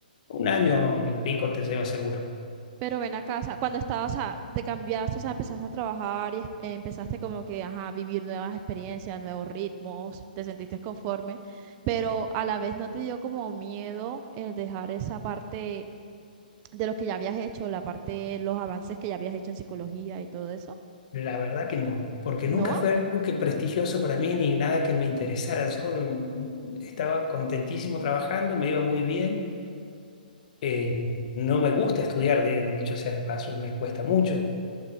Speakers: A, on the left (about 50°); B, on the right (about 25°).
A: un año y pico te lleva seguro.
B: Pero ven acá, o sea, cuando estabas, o sea, te cambiaste, o sea, empezaste a trabajar y es- eh, empezaste como que, ajá, a vivir nuevas experiencias, nuevos ritmos, te sentiste conforme, pero a la vez no te dio como miedo el dejar esa parte de lo que ya habías hecho, la parte, los avances que ya habías hecho en psicología y todo eso.
A: La verdad que no, porque nunca
B: ¿No?
A: fue algo que prestigioso para mí ni nada que me interesara. Yo mm, estaba contentísimo trabajando, me iba muy bien. Eh, no me gusta estudiar, de, dicho sea de paso, me cuesta mucho.